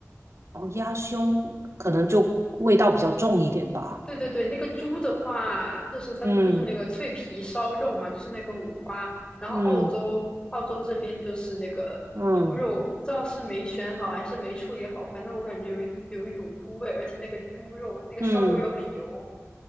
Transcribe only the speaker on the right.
哦，鸭胸可能就味道比较重一点吧。
嗯
嗯嗯
嗯。